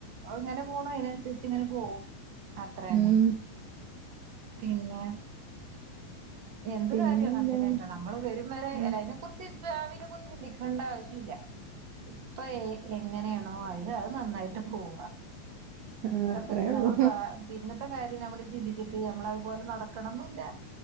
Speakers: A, on the right; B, on the right.
A: അതിങ്ങനെ പോകണേ അതിനനുശരിച്ച് ഇങ്ങനെ പോകും അത്ര തന്നെ
B: ഉം
A: <unintelligible> എന്ത്
B: പിന്നെന്താണ്
A: കാര്യമാ <unintelligible> നമ്മൾ വരും വരായ്ക
B: ഉം.
A: അതിനെ കുറിച്ച് ഭാവിയിനെ കുറിച്ച് ചിന്തിക്കണ്ട ആവശ്യമില്ല ഇപ്പോ ഏ എങ്ങനെയാണോ അത് നന്നായിട്ട് പോകുക
B: ആ
A: പ്രത്യേകിച്ച്
B: അത്രേ ഉള്ളൂ
A: ഞങ്ങൾ ബേ പിന്നെ ഒറ്റ കാര്യം നമ്മൾ ചിന്തിച്ചിട്ട് നമ്മളതുപോലെ നടക്കണമെന്നില്ല